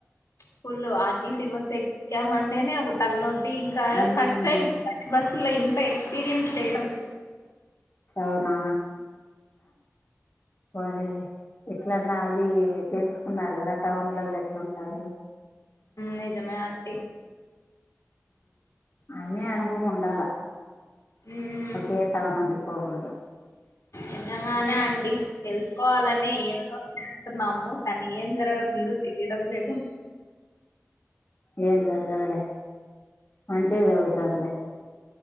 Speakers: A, on the left (about 80°); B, on the left (about 50°).
A: ఫుల్ ఆర్టీసీ బస్ యే ఎక్కం అంటేనే ఒక తలనొప్పి ఇంకా
B: మ్మ్
A: ఫస్ట్ టైమ్ లీఫ్ లో ఇంత ఎక్స్పీరియన్స్ చేయడం
B: అవునా పోనీలే ఎట్లన్నా అది తెలుసుకున్నారు కదా టౌన్లలో ఎట్లాంటరు
A: నిజమే ఆంటీ
B: అన్నే అనుభవం ఉండాల
A: ఉమ్
B: ఓకే తవ నుండి పోకుడదు
A: నిజంగానే ఆంటీ తెలుసుకోవాలని ఎంతో చేస్తున్నాము కానీ ఏం జరుగుతుంది తీయడం లేదు
B: ఏం జరగదులే మంచే జరుగుతుదిలే